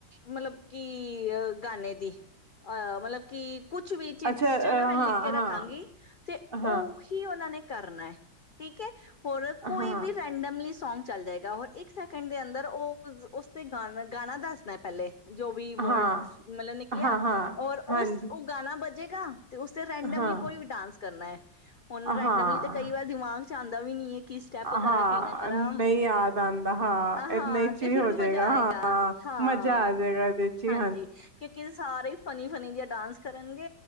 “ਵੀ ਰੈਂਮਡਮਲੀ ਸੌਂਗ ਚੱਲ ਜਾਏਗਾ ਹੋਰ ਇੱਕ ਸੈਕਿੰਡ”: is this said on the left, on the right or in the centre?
Left